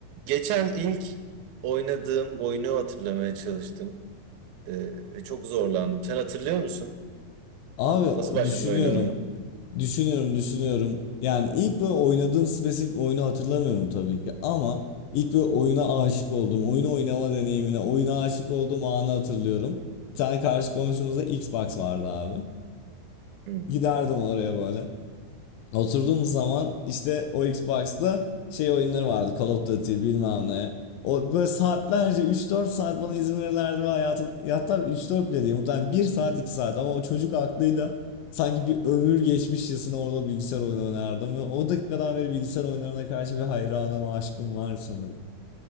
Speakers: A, on the right; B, on the left.
A: Geçen ilk oynadığım oyunu hatırlamaya çalıştım. Ee, ve çok zorlandım. Sen hatırlıyor musun?
B: Abi o-
A: Nasıl başladın
B: düşünüyorum.
A: oynamaya?
B: Düşünüyorum, düşünüyorum. Yani ilk böyle oynadığım spesifik oyunu hatırlamıyorum tabii ki ama ilk böyle oyuna aşık olduğum, oyunu oynama deneyimine, oyuna aşık olduğum anı hatırlıyorum. Bir tane karşı komşumuzda Xbox vardı abi.
A: Hmm.
B: Giderdim oraya böyle. Oturduğumuz zaman işte o Xbox'ta şey oyunları vardı. Call of Duty bilmem ne. O böyle saatlerce üç dört saat bana izin verirlerdi ve hayatım hatta üç dört bile değil muhtemelen bir saat 2 saat ama o çocuk aklıyla sanki bir ömür geçmişçesine orada bilgisayar oyunu oynardım ve o dakikadan beri bilgisayar oyunlarına karşı bir hayranım, aşkım var sanırım.